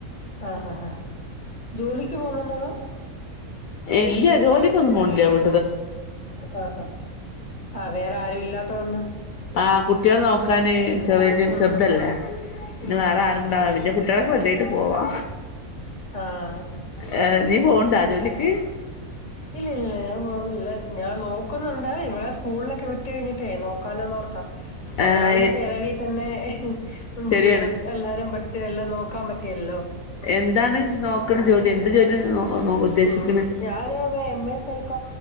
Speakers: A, on the left; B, on the left.
A: ആഹ് ആ ആ ജോലിക്ക് പോണുണ്ടോ തോ
B: ഇല്ല ജോലിക്കൊന്നും പോണില്ല വീ
A: ആ ആ വേറെ ആരും ഇല്ലാത്ത കൊണ്ട്
B: ആ കുട്ടികൾ നോക്കാന് ചെറിയ
A: ആഹ്
B: ചെറുതല്ലേ
A: ആഹ്
B: ഇന്ന
A: ഉം
B: വേറെ ആരുണ്ടാവില്ല.
A: ഉം
B: കുട്ടികളൊക്കെ വലുതായിട്ട് പോവാ.
A: ആഹ്
B: ആ നീ പോണുണ്ടാ ജോലിക്ക്?
A: ഇല്ല ഇല്ലില്ല ഞാൻ പോന്നില്ല. ഞാ നോക്കുന്നുണ്ട് ഇവളെ സ്കൂളിലൊക്കെ വിട്ട് കഴിഞ്ഞിട്ടേ നോക്കാലോന്ന് ഓർത്താ.
B: ഏഹ്
A: ഒരാളുടെ ചെലവി തന്നെ <unintelligible> ന്തയ്യാം
B: ശരിയാണ്
A: എല്ലാരും പടി എല്ലാം നോക്കാൻ പറ്റിയല്ലോ.
B: എന്താണ് നോക്കുന്നത് ജോലി എന്ത് ജോലിയ നോ ഉദ്ദേശിക്ക്ണ്
A: ഉം ഞാന് എം എ സൈ